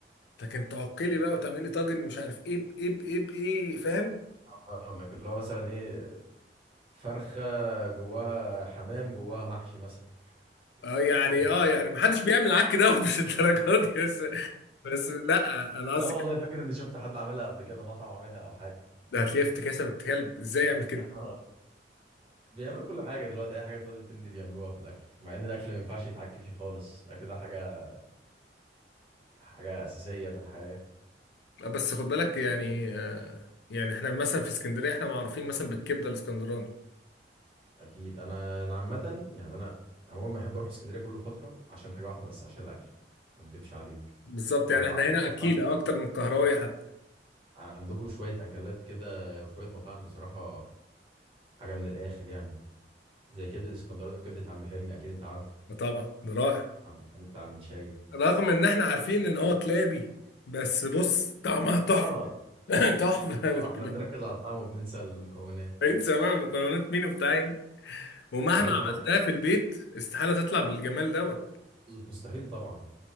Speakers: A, on the left; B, on the right.
A: لكن تعقلي بقى وتعملي طاجن مش عارف ايه بايه بايه بايه فاهم
B: فاهمك اللي هو مثلا ايه فرخه جواها حمام جواها محشي مثلا
A: اه يعني
B: <laughs> ب-
A: اه يعني محدش بيعمل العك دوت مش الدرجات دي بس بس لا انا قصدي
B: لا والله فاكر اني شفت حد عاملها قبل كده مطعم عاملها او حاجه
A: ده هتلاقيه افتكاسه بنت كلب ازاي يعمل كده
B: اه بيعملوا كل حاجه دلوقتي اي حاجه تقعد ترند بيعملوها في الاكل مع ان الاكل ما ينفعش يتحكي فيه خالص الاكل ده حاجه حاجه اساسيه في الحياه
A: بس خد بالك يعني آه، يعني احنا مثلا في اسكندريه احنا معروفين مثلا بالكبده الاسكندراني
B: اكيد انا انا عامه يعني انا عموما بحب اروح اسكندريه كل فتره عشان حاجه واحده بس عشان الاكل ما اكدبش عليك
A: بالظبط
B: انا
A: يعني
B: بعشق
A: احنا هنا اكيله
B: بعشق
A: اكتر من القهراوي
B: اسكندرية.
A: حتى
B: عندكم شويه اكلات كده وشويه مطاعم بصراحه حاجه من الاخر يعني زي كبده الاسكندراني وكبده عم حلمي اكيد انت عارف
A: طبعا ده رائع
B: عم حلمي بتاع المنشاي
A: رغم ان احنا عارفين ان هو كلابي بس بص طعمها تحفه
B: بقى آه،
A: <laughs> تحفه بالكلاب.
B: طبعاً احنا بنركز على الطعم وبننسى المكونات
A: انسى بقى مكونات مين وبتاع ايه ومهما
B: عندكم برضه
A: عملتها في البيت استحاله تطلع بالجمال دوت
B: مستحيل طبعا